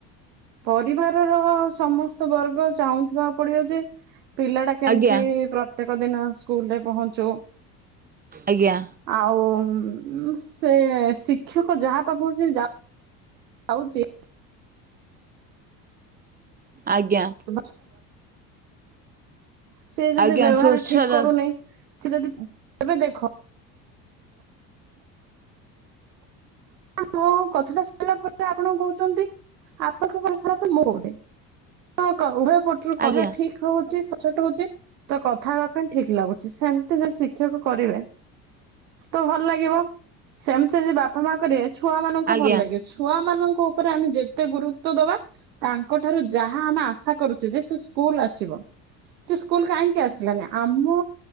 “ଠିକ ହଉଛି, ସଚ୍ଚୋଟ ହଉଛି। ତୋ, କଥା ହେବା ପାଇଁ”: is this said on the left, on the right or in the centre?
Right